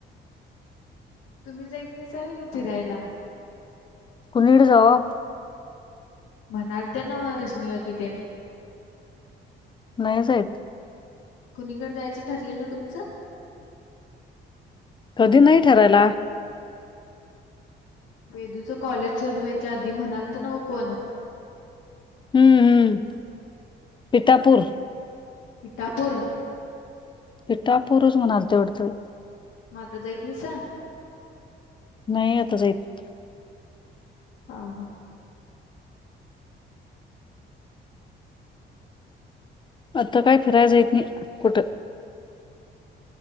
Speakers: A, on the left; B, on the left.
A: तुम्ही जा इत नाहीसा वी ग फिरायला?
B: कुनिकड जावाव?
A: म्हणाल त्या नवं रश्मीकाकी तेन.
B: नाही जाईत.
A: कुणीकड जायच ठरलेल तुमचं?
B: कधी नाही ठरायला.
A: वेदूचं कॉलेज चालवायच्या आधी म्हणाल तर न्हव कोण?
B: हम्म हम्म पिठापूर.
A: इटापूर
B: पीठापूरस म्हणालते वाटतं.
A: म आता जाईत नाहीसा?
B: नाही आता जाईत.
A: हा हा.
B: आता काय फिराय जाईत नाही कुठं.